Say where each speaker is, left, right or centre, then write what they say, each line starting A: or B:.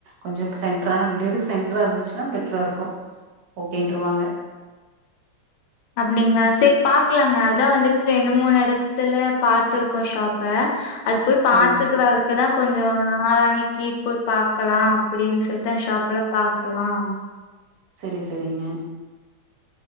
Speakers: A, on the right; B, on the left.
A: கொஞ்சோ சென்ட்ரானா ரெண்டு வேதுக்கு சென்ட்ரா இருந்துச்சுனா பெட்டரா இருக்கு ஓக்கேன்றுவாங்க
B: அப்டிங்களா செரி பாக்கலாங்க அதா வந்துட்டு ரெண்டு மூணு எடத்துலா பாத்துருக்கோ ஷாப் ப அது போய்
A: சரிங்க
B: பாத்துட்டு வர க்கிற கொஞ்சோ நாளானிங்கி போய் பாக்கலா அப்டின்னு சொல்ட்டு தா ஷாப்லா பாக்கலா
A: செரி செரிங்க